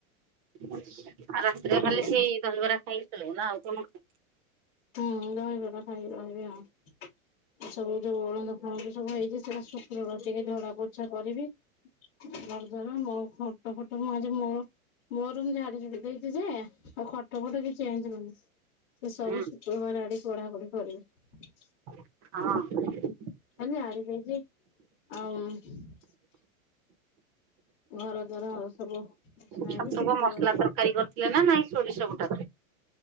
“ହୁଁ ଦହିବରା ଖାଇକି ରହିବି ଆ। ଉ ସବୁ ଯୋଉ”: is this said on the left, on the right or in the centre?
Left